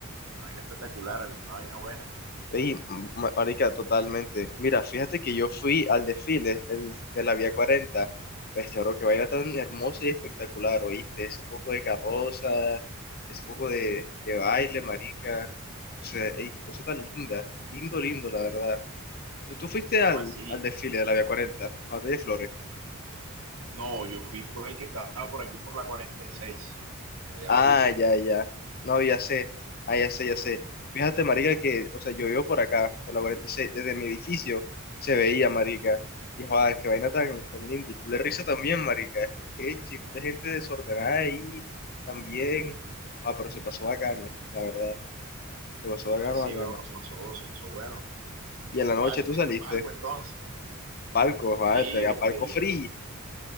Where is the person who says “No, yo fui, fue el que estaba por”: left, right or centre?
Right